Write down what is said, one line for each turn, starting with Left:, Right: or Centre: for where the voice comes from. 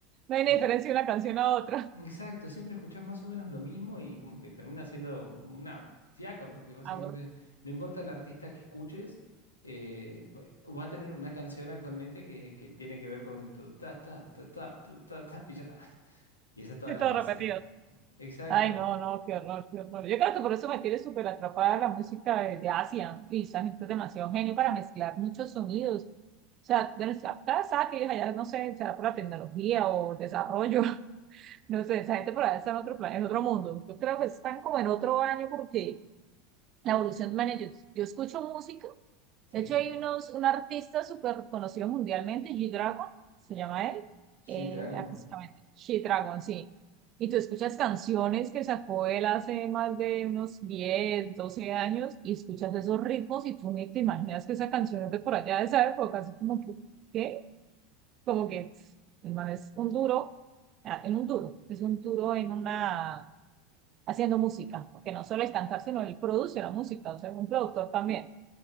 Right: no hay
Left: Y
Right: ni diferencia de una canción a otra.
Left: exacto, siempre escuchás más o menos lo mismo y como que termina siendo una fiaca, porque básicamente
Right: Aburrido,
Left: no importa el artista que escuches, eh, va va a tener una canción actualmente que, que tiene que ver con tu ta ta ta ta, tu ta ta y ya está. <laughs> Y esa es toda la
Right: todo
Left: base.
Right: repetido.
Left: Exacto,
Right: Ay, no, no, qué horror, qué horror. Yo creo que por eso me tiene súper atrapada la música de, de Asia. Y esa gente es demasiado genio para mezclar muchos sonidos. O sea, de nuestra casa, que ellos allá, no sé, será por la tecnología o desarrollo, <laughs> no sé, esa gente por allá está en otro plan, en otro mundo. Yo creo que están como en otro año porque la evolución, man, yo, yo escucho música
Left: ¿sí?
Right: de hecho, hay unos, un artista súper conocido mundialmente, G-Dragon, se llama él, eh,
Left: G-Dragon.
Right: artísticamente, G-Dragon, sí. Y tú escuchas canciones que sacó él hace más de unos 10 12 años y escuchas esos ritmos y tú ni te imaginas que esa canción es de por allá de esa época, así como que, ¿qué? Como que pff, el man es un duro, ah, en un duro, es un duro en una, haciendo música, porque no solo es cantar, sino él produce la música, o sea, es un productor también.